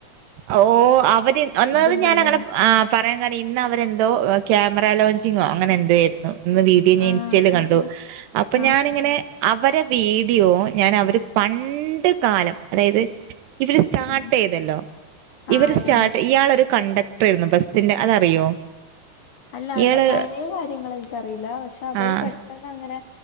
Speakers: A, on the right (about 80°); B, on the left (about 55°).
A: ഓ അവര് ഒന്നത്
B: ഇതുണ്ടല്ലോല്ലേ
A: ഞാാന അങ്ങനെ ആ പറയാൻ കാര് ഇന്ന് അവരെന്തോ ക്യാമറ ലോഞ്ചിങ്ങോ അങ്ങനെ എന്തോ ആരുന്നു ഇന്ന് വീഡിയോ ഞാൻ
B: ആഹ്
A: ഇൻസ്റ്റൽ കണ്ടു
B: ആഹ് ആഹ്
A: അപ്പൊ
B: ആഹ്
A: ഞാാനിങ്ങനെ അവരെ വീഡിയോ ഞാൻ അവര് പണ്ട കാലം അതായത് ഇവ സ്റ്റാർട്ട്
B: ഉം
A: ചെയ്തല്ലോ
B: ആഹ്
A: ഇവർ
B: അതന്നെ
A: സ്റ്റാർട്ട് ഇയാളൊ ഒരു കണ്ടക്ടർ ആരുന്നു ബസ്സിന്റെ അതറിയോ
B: അല്ല
A: ഇയാള്
B: പഴയ കാര്യങ്ങൾ എനിക്കറിയില്ല. പക്ഷെ അവര്
A: ആഹ്
B: പെട്ടെന്ന് അങ്ങനെ